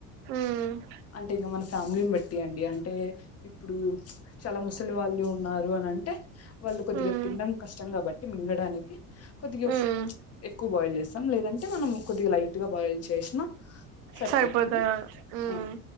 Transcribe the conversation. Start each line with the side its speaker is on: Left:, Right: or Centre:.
Right: ఉమ్.
Left: అంటే ఇంకా మన ఫ్యామిలీని బట్టి అండి అంటే ఇప్పుడు చాలా ముసలి వాళ్ళు ఉన్నారు అని అంట్. అంటే వాళ్ళు కొద్దిగా
Right: ఉమ్
Left: తినడం కష్టం కాబట్టి మింగడానికి కొద్దిగా
Right: ఉమ్
Left: ఫుడ్. ఎక్కువ బాయిల్ చేస్తాం లేదంటే మనం కొద్దిగా లైట్ గా బాయిల్ చేసిన. సరిపోతుంది
Right: సరిపోతారు ఉమ్
Left: ఆ.